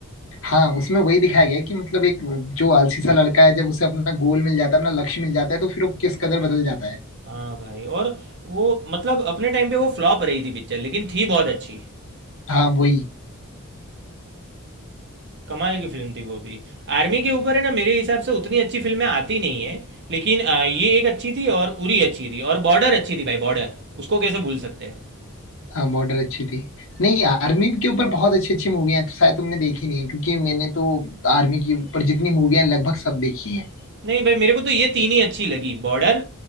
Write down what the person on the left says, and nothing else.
हाँ उसमें वही दिखाया गया है कि मतलब एक जो आलसी सा लड़का है जब उसे अपना गोल मिल जाता है अपना लक्ष्य मिल जाता है तो फिर वो किस कदर बदल जाता है
हाँ वही
हाँ बॉर्डर अच्छी थी नहीं आर्मी के ऊपर बहुत अच्छी अच्छी मूवी हैं तो शायद तुमने देखी नहीं है क्योंकि मैंने तो आर्मी के ऊपर जितनी मूवियां हैं लगभग सब देखी हैं